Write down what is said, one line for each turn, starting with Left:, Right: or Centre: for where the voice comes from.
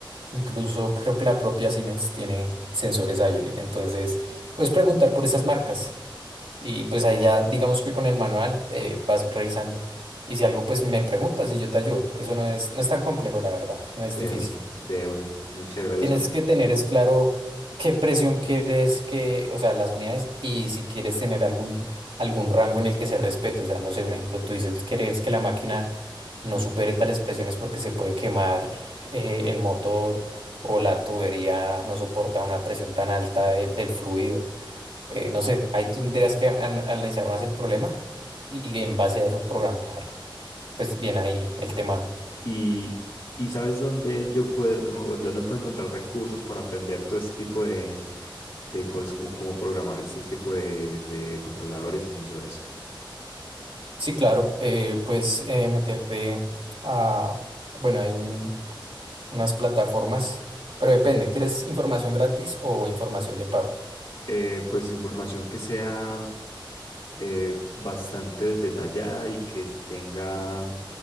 Right: Incluso creo que la propia Siemens tiene sensores Iolin. Entonces, puedes preguntar por esas marcas. Y pues ahí ya, digamos que con el manual eh, vas revisando. Y si algo, pues me preguntas y yo te ayudo. Eso no es, no es tan complejo, la verdad. No es
Left: de
Right: difícil.
Left: una, de una. Muchas gracias,
Right: Tienes
Left: hombre.
Right: que tener es claro qué presión quieres que, o sea, las unidades y si quieres tener algún, algún rango en el que se respete. O sea, no sé, un ejemplo, tú dices, quieres que la máquina no supere tales presiones porque se puede quemar eh, el motor o la tubería no soporta una presión tan alta de- del fluido. Eh, no sé, ahí tú tendrías que an- analizar más el problema y en base a eso programar, pues bien ahí el tema.
Left: Y, y ¿sabes dónde yo puedo, o dónde puedo encontrar recursos para aprender todo este tipo de, de cosas como cómo programar este tipo de, de controladores y sensores?
Right: Sí, claro, eh, puedes eh, meterte a, bueno, hay un- unas plataformas, pero depende, ¿quieres información gratis o información de pago?
Left: Eh, pues información que sea eh, bastante detallada y que tenga,